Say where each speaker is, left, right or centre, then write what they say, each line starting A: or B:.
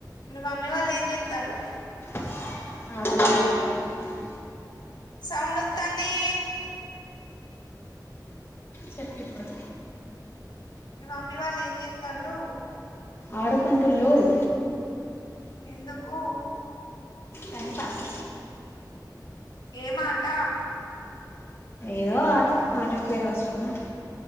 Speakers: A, on the left (about 75°); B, on the left (about 35°).
A: మీ మమ్మీ వాళ్ళు ఏం జెత్తండ్రు.
B: అ <unintelligible>
A: సౌండ్ వత్తంది.
B: చెప్పిప్పుడు.
A: మీ మమ్మీ వాళ్ళు ఏం జెత్తండ్రు.
B: ఆడకుంటోల్లోవ్.
A: ఎందుకు.
B: టైంపాస్
A: ఏమాట
B: ఏదో ఆట ఆటకి పేరు అవసరమా